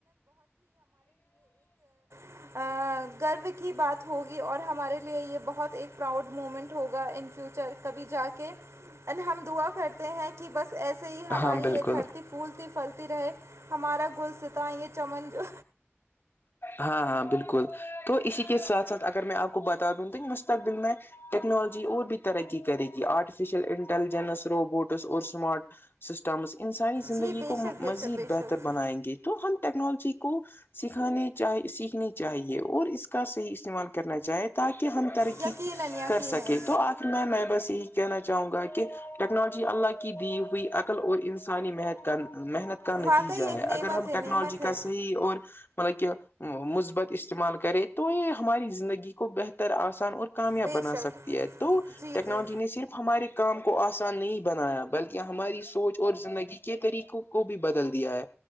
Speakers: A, on the right; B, on the left.
A: <inaudible> گرو کی بات ہوگی اور ہمارے لیے یہ بہت ایک پراؤڈ مومنٹ ہوگا ان فیوچر کبھی جا کے ہم دعا کرتے ہیں کہ بس ایسے ہی ہماری
B: ہاں بالکل
A: یہ دھرتی پر پھولتی پھلتی رہے ہمارا گل ستا یہ چمن جو
B: ہاں ہاں بالکل تو اسی کے ساتھ ساتھ اگر میں آپ کو بتا دوں تو یہ مستقبل میں ٹیکنالوجی اور بھی ترقی کرے گی آرٹیفیشیل انٹیلیجنس روبوٹس اور اسمارٹ سسٹمس انسانی زندگی
A: جی بے
B: کو
A: شک بے
B: مزید
A: شک بے
B: بہتر
A: شک
B: بنائیں گے تو ہم ٹیکنالوجی کو سکھانے چ سیکھنی چاہیے اور اس کا صحیح استعمال کرنا چاہے تاکہ ہم ترقی
A: یقیناً یقیناً
B: کر سکیں تو آپ میں میں بس یہی کہنا چاہوں گا کہ ٹیکنالوجی اللہ کی دی ہوئی عقل اور انسانی مہت محنت کا نتیجہ
A: واقعی ایک
B: ہے
A: نعمت
B: اگر ہم
A: ہے
B: ٹیکنالوجی
A: نعمت ہے
B: کا صحیح اور مطلب کہ مثبت استعمال کرے تو یہ ہماری زندگی کو بہتر آسان اور کامیاب
A: بے
B: بنا
A: شک
B: سکتی ہے تو
A: جی
B: ٹیکنالوجی
A: جی
B: نے صرف ہمارے کام کو آسان نہیں بنایا بلکہ ہماری سوچ اور زندگی کے طریقوں کو بھی بدل دیا ہے